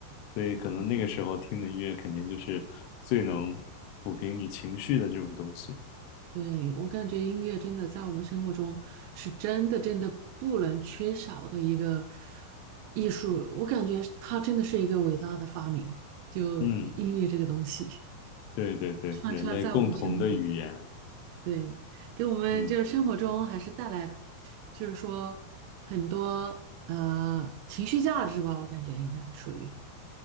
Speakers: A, on the left (about 80°); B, on the right (about 85°).
A: 所以，可能那个时候听的音乐肯定就是最能抚平你情绪的这种东西。
B: 嗯。对，我感觉音乐真的在我们生活中是真的真的不能缺少的一个艺术，我感觉它真的是一个伟大的发明，就音乐这个东西
A: 嗯，对对对，
B: 穿插在我们生活中，
A: 人类共同的语言。
B: 对，给我们就是生活中还是带来，
A: 嗯。
B: 就是说很多呃情绪价值吧，我感觉应该属于，